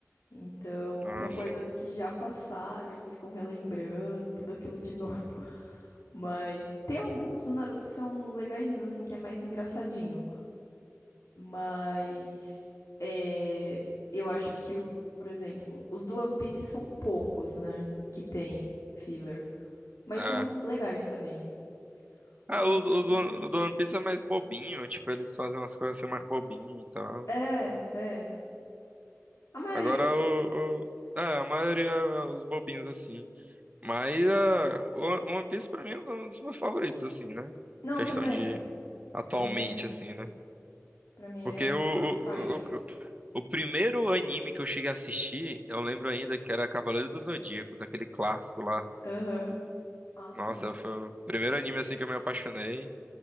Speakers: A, on the left; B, on the right.
A: Então,
B: Ah,
A: são coisas
B: sim.
A: que já passaram, eles ficam relembrando tudo aquilo de novo. <laughs> Mas tem alguns do Naruto que são legaizinhos, assim, que é mais engraçadinho. Mas é, eu acho que, o- por exemplo, os do One Piece são poucos, né? Que tem filler. Mas
B: É.
A: são legais também.
B: Ah,
A: O One
B: os,
A: Piece.
B: os do, o do One Piece é mais bobinho, tipo, eles fazem umas coisas assim mais bobinho e tal.
A: É, é. A maioria.
B: Agora o, o- É, a maioria é os bobinhos assim. Mas ah, o o One Piece pra mim é um dos meus favoritos, assim, né?
A: Não,
B: Questão
A: também.
B: de atualmente,
A: Pra mim também.
B: assim, né?
A: Pra mim
B: Porque
A: é
B: o,
A: top 5.
B: o, o, o primeiro anime que eu cheguei a assistir, eu lembro ainda que era Cavaleiro dos Zodíacos, aquele clássico lá.
A: Aham. Ah,
B: Nossa,
A: sim.
B: foi o primeiro anime assim que eu me apaixonei.